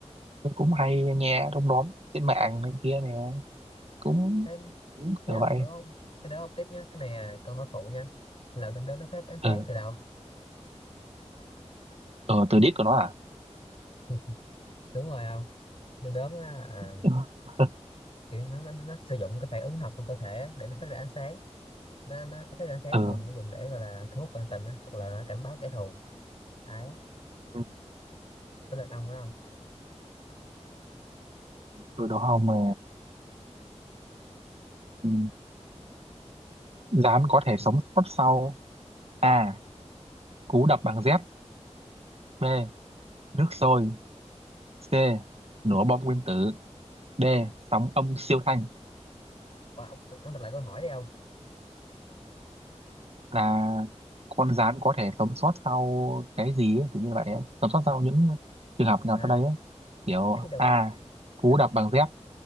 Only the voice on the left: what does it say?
Thế
thế
ông
đố Thế đố ông tiếp nhé Cái này là câu hỏi phụ nha Lợn đom đóm nó phát ánh sáng
từ đâu
<laughs> Đúng rồi không đom đóm á, à,
kiểu nó, nó nó sử dụng cái phản ứng hóa học trong cơ thể để nó phát ra ánh sáng nó nó phát ánh sáng
thường nó dùng để gọi là thu hút bạn tình á hoặc là cảnh báo kẻ thù đấy
tới lượt ông đó không
Ủa, ông ông đọc lại câu hỏi đi ông
à
<laughs> đọc
đọc